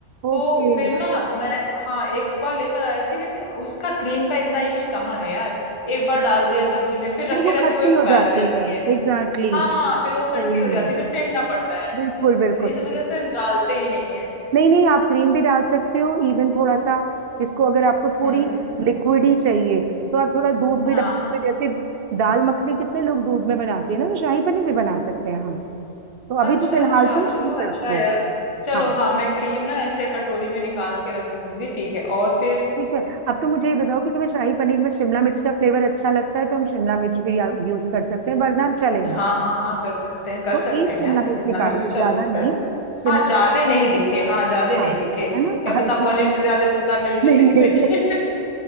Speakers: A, on the left; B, on the right.
A: तो
B: ओके
A: फिर ना मैं हाँ एक बार लेकर आई थी लेकिन उसका क्रीम का इतना यूज कहाँ है यार एक बार डाल
B: हाँ
A: दिया सब्जी में फिर
B: फिर
A: रखे
B: वो
A: रखे
B: खट्टी
A: वो एक्सपायर
B: हो जाती
A: हो जाती
B: है
A: है
B: Exactly
A: हाँ
B: exactly.
A: फिर वो खट्टी
B: सही
A: हो
B: नहीं
A: जाती है फिर फेंकना पड़ता है
B: बिल्कुल बिल्कुल
A: तो इस वजह से हम डालते ही नहीं है
B: नहीं नहीं आप ग्रीन भी डाल सकते हो इवन थोड़ा सा इसको अगर आपको थोड़ी
A: हम्म
B: लिक्विड ही चाहिए तो आप थोड़ा दूध भी
A: हाँ
B: डाल सकते हो जैसे दाल मखनी कितने लोग दूध में बनाते हैं ना तो शाही पनीर भी बना सकते हैं हम तो अभी
A: अच्छा
B: तो फिलहाल
A: अच्छा
B: तुम क्रीम
A: चलो अच्छा
B: रखो
A: है यार चलो
B: हाँ
A: हाँ मैं क्रीम ना ऐसे कटोरी में निकाल के रख लूंगी ठीक है और फिर
B: ठीक है अब तो मुझे ये बताओ कि तुम्हें शाही पनीर में शिमला मिर्च का फ्लेवर अच्छा लगता है तो हम शिमला मिर्च भी यूज कर सकते हैं वरना चलेगा
A: हाँ हाँ हाँ कर सकते हैं कर
B: तो
A: सकते
B: एक
A: हैं
B: शिमला
A: यार
B: मिर्च
A: शिमला
B: निकालो
A: मिर्च अच्छा
B: ज्यादा
A: लगता
B: नहीं
A: है
B: शिमला
A: हाँ ज्यादा
B: मिर्च
A: नहीं दिखे हाँ ज्यादा
B: हाँ
A: नहीं दिखे क्या
B: है ना <laughs> हर
A: पता
B: चीज
A: पनीर से ज्यादा शिमला मिर्च
B: नहीं
A: <laughs> दिख
B: नहीं
A: रही
B: नहीं
A: है <laughs>